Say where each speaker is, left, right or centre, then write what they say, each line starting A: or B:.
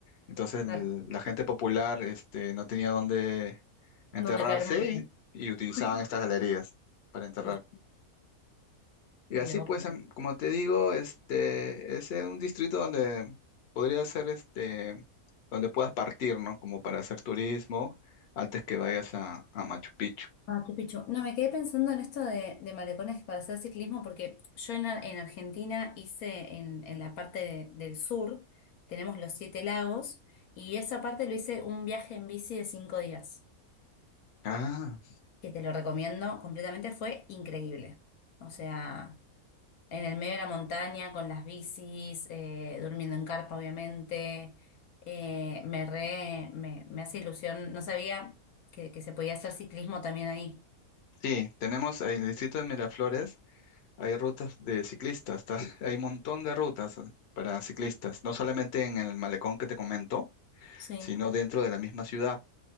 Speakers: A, on the left (about 50°); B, on the left (about 75°).
A: Entonces
B: claro.
A: el- la gente popular este, no tenía dónde enterrarse
B: Donde caer muerto.
A: y, y utilizaban
B: <laughs>
A: estas galerías para enterrar.
B: Y
A: Y
B: qué
A: así
B: loco.
A: pues, em, como te digo, este, es un distrito donde podría ser este, donde puedas partir, ¿no? Como para hacer turismo antes que vayas a, a Machu Picchu.
B: Ah, qué pichu. No, me quedé pensando en esto de, de malecones para hacer ciclismo, porque yo en, Ar- en Argentina hice en, en la parte de- del sur, tenemos los siete lagos, y esa parte lo hice un viaje en bici de cinco días,
A: Ah,
B: que te lo recomiendo completamente, fue increíble. O sea, en el medio de la montaña, con las bicis, eh, durmiendo en carpa, obviamente. Eh, me re, me, me hace ilusión, no sabía que, que se podía hacer ciclismo también ahí.
A: sí, tenemos ahí en el distrito de Miraflores, hay rutas de ciclistas, ta- <laughs> hay un montón de rutas eh, para ciclistas, no solamente en el malecón que te comento,
B: Sí,
A: sino dentro de la misma ciudad.